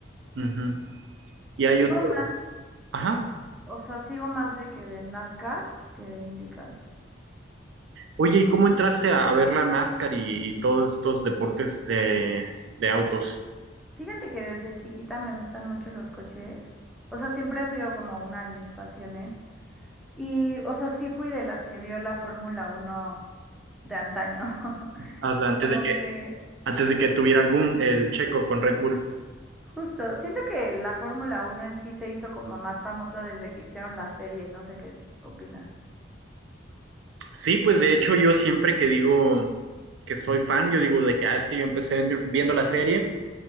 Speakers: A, on the right; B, in the centre.
A: Ujú. Y hay
B: Sigo
A: otro.
B: más,
A: Ajá.
B: o sea, sigo más de que de NASCAR que de IndyCar.
A: Oye, ¿y cómo entraste a, a ver la NASCAR y, y todos estos deportes de, de autos?
B: Fíjate que desde chiquita me gustan mucho los coches. O sea, siempre ha sido como una de mis pasiones. Y, o sea, sí fui de las que vio la Fórmula Uno de antaño. <laughs>
A: Hasta antes
B: Como
A: de que,
B: que
A: antes de que tuviera el boom el Checo con Red Bull.
B: Justo, siento que la Fórmula uno en sí se hizo como más famosa desde que hicieron la serie, no sé qué opinas.
A: Sí, pues de hecho yo siempre que digo que soy fan, yo digo de que ah, es que yo empecé en- viendo la serie